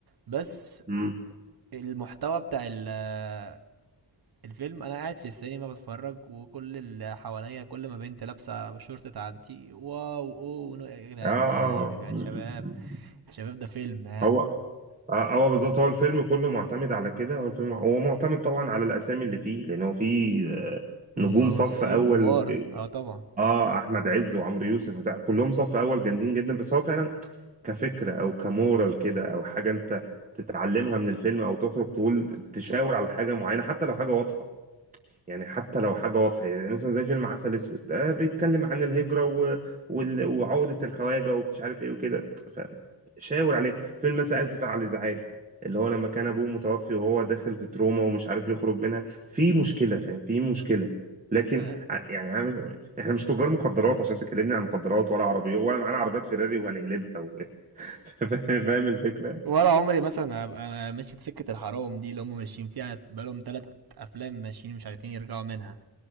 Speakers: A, on the right; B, on the right.
A: بس
B: مم.
A: المحتوى بتاع ال- الفيلم انا قاعد في السينما بتفرج وكل اللي حواليا كل ما بنت لابسه شورت تعدي واو اوه ونو- يا جدعان
B: اه
A: ايه
B: اه
A: يا
B: مم.
A: شباب
B: مم.
A: يا شباب ده فيلم يعني
B: هو آه، هو بالظبط هو الفيلم كله معتمد على كده هو الفيلم هو معتمد طبعا على الأسامي اللي فيه لأن هو فيه آه،
A: ممثلين
B: نجوم صف أول
A: كبار اه طبعا
B: اه أحمد عز وعمرو يوسف وبتاع كلهم صف أول جامدين جدا بس هو فعلا كفكرة أو كمورال كده أو حاجة أنت تتعلمها من الفيلم أو تخرج تقول تشاور على حاجة معينة حتى لو حاجة واضحة يعني حتى لو حاجة واضحة يعني مثلا زي فيلم عسل أسود ده بيتكلم عن الهجرة و... وال... وعقدة الخواجة ومش عارف إيه وكده فشاور عليه فيلم مثلا آسف على الإزعاج اللي هو لما كان أبوه متوفي وهو داخل في تروما ومش عارف يخرج منها في مشكلة فاهم في مشكلة لكن
A: آه،
B: ع- يعني عم- احنا مش تجار مخدرات عشان تكلمني عن مخدرات ولا عربيات ولا معانا عربيات فيراري وهنقلبها و... <laughs> فاهم فاهم الفكرة؟
A: ولا عمري مثلا ابقى ماشي في سكه الحرام دي اللي هم ماشيين فيها بقالهم ثلاث افلام ماشيين مش عارفين يرجعوا منها